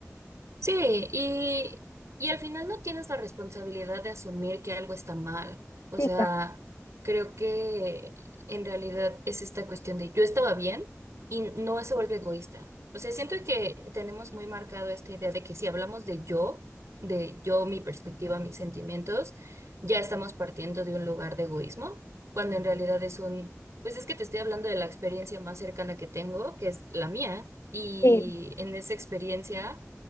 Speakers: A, on the right; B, on the left.
A: Sí, y, y al final no tienes la responsabilidad de asumir que algo está mal. O
B: Sí,
A: sea,
B: claro.
A: creo que en realidad es esta cuestión de yo estaba bien y no se vuelve egoísta. O sea, siento que tenemos muy marcado esta idea de que si hablamos de yo, de yo, mi perspectiva, mis sentimientos, ya estamos partiendo de un lugar de egoísmo, cuando en realidad es un, pues es que te estoy hablando de la experiencia más cercana que tengo, que es la mía, y
B: Sí,
A: en esa experiencia